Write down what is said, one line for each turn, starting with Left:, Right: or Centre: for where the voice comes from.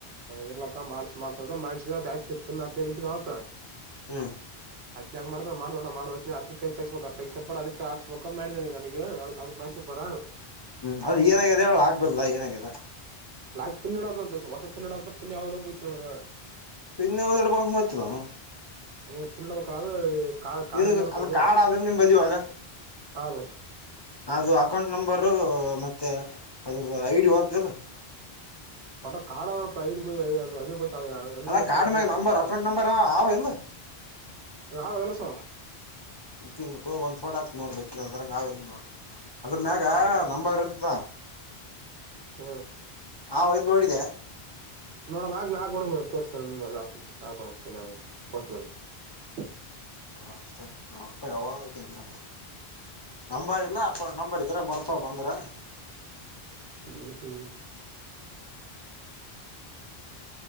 Right: ಇರ್ಲಕ್ಕ ಮಾಡಸ ಮಾಡ್ಸ ಅದ ಮಾಡ್ಸಿದ ಆಯ್ತ ಪಟ್ಟವತ್
Left: ಹ್ಮ್
Right: ಅದ್ನ ಹೆಂಗ್ ಮಾಡ್ತ ಮಾಡ ಮಾಡದ ಕ ತಸ್ಬೇಕಕ್ ತಕ್ಷಣರ್ ಅದಕ್ಕೆ ಹಾಕ್ಸ್ಬೇಕು ಪಕ ಮಾಡಿದಾನ ನೀ ನನಗ ಅದಕ್ ಮಾಡ್ಸಿ ಪರ
Left: ಹ್ಮ್ ಅದ ಏನ್ಯಾಗಿದೆ ಹೇಳ ಆಗ್ಬದಲಾ ಏನ್ಯಾಗಿದೆ
Right: ಲಾ ಪಿನ್ನಿಡ ಅಂತ ಹೊಸ ಪಿಡ ಅಂತ ಪಿ ಯಾವಡ ಹೋಯತ್ ನನಗೆ
Left: ಪಿನ್ನ ಯಾವ್ದ್ ಇಡಬಕ್ ಅಂತ ಗೊತ್ತಿಲನ
Right: ಹ್ಮ ಫಿನ್ನಡಬೇಕಾರ ಅದು ಕಾ ಕಾಣಮಲೆರ್ತದು
Left: ನಿನ್ಗ ಅದ ಕಾರ್ಡ್ ಆದ ನಿಮ್ ಬಲ್ಲಿ ಇವಾಗ
Right: ಅದೇ
Left: ಅದು ಅಕೌಂಟ್ ನಂಬರು ಮತ್ತೆ ಅದ್ರದ್ದ ಐ ಡಿ ಓತದಲ್ಲ
Right: ಪಟ್ಟ ಕಾಲವ <unintelligible> ಅದು <unintelligible> ಹೆಂಗ್
Left: ಅಲ್ಲ ಕಾರ್ಡ್ ಮ್ಯಾಗ ನಂಬರ್
Right: ಮಾಡ
Left: ಅಕೌಂಟ್
Right: <unintelligible>
Left: ನಂಬರ್ ಅವ ಇಲ್ಲ
Right: ರಹ ಕೆಲಸ.
Left: <unintelligible> ತೋ ಒಂದ್ ಫೋಟ ಆಗ್ತಿನೋಡಬೇಕಾದರೆ ಅದ್ರಂಗ ನಾವೆ ನೋಡು. ಅದ್ರ ಮ್ಯಾಗ
Right: ಹ್ಮ್
Left: ನಂಬರ್ ಇರ್ತದಾ.
Right: ಹ್ಮ
Left: ಹಾ ಐದ್ ನೋಡಿದ.
Right: ನೋಡಣ ಹಾಕ್ ಹಾಕೋಣ ತೋರ್ತಸ್ತೀನಿ ಹಾಕೊಂಡ್ ಹೋಗ್ತಾನೆ ಪೋಸ್ಟ್ ಮ್ಯನ್. ಹ
Left: ಹಾ ಅಷ್ಟೇ ನಮ್ಮಪ್ಪ ಯಾವಾಗ ಹೋಗ್ತಾನೆ, ಲಾಸ್ಟ್. ನಂಬರ್ ಇಲ್ಲ ಅಕೌಂಟ್ ನಂಬರ್ ಇದರ ಬರ್ತವ ಬಂದ್ರೆ.
Right: ಹ್ಮ್ ಹ್ಮ್